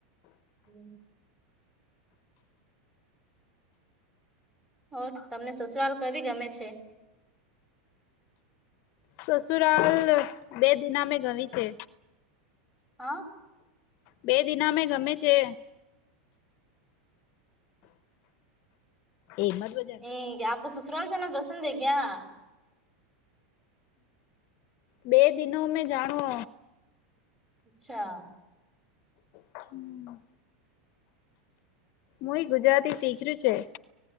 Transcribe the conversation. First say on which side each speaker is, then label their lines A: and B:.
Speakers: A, in the centre; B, on the left.
A: હમ. <inaudible> ઓર તમને સસુરાલ કવી ગમે છે?
B: સસુરાલ બે દિના મે ગવી છે.
A: હા.
B: બે દિના મેં ગમે છે. એ મત બજા
A: હમ કયા આપકો સસુરાલ જાના પંસદ હે કયાં.
B: બે દિનો મેં જાણો.
A: અચ્છા.
B: હમ. હું એ ગુજરાતી શીખર્યું છે.